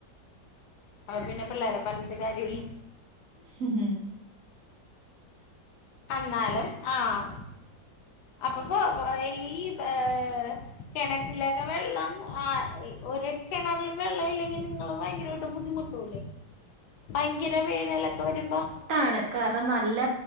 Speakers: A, on the left; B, on the right.
A: അപ്പ പിന്നെ പിള്ളേരെ പറഞ്ഞിട്ട് കാര്യമില്ല.
B: ഹംഹു
A: എന്നാലും ആഹ് അപ്പപ്പ ഈ പ.. കിണറ്റിലൊക്കെ വെള്ളം ആഹ് ഒരു കിണറിലും വെള്ളം ഇല്ലെങ്കിൽ നിങ്ങളും ഭയങ്കരമായിട്ട് ബുദ്ധിമുട്ട് ഭയങ്കര വേനലൊക്കെ വരുമ്പോ
B: ആണ് കാരണം നല്ല